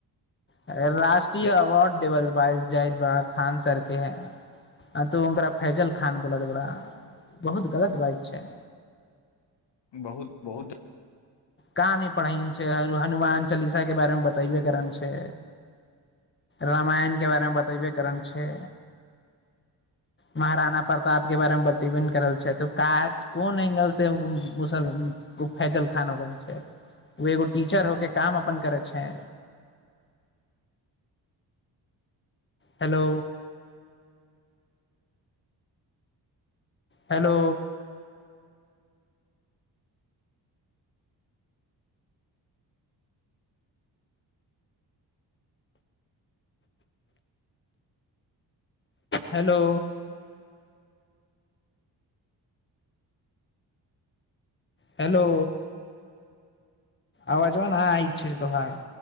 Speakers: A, on the left (about 25°); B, on the left (about 70°).
A: राष्ट्रीय
B: ले
A: अवार्ड देवल ब जाज बा खान सरकेै आ तू ओकरा फैजल खान बोल लगल बहुत गलत बात छै
B: बहुत बहुत
A: का नय हनुमान चालीसा के बारे मे बतेबे कर छै रामायण के बारे मे बतेबे कर छै महारणा प्रताप के बारे बतेबे ने कर छै त क कोन एंगल से मुसल ओ फैजल खान वो एगो टीचर होके काम अपन करै छैे हेलो हेलो हेलो हेलो आवाजवा नाई आईइछ तोहार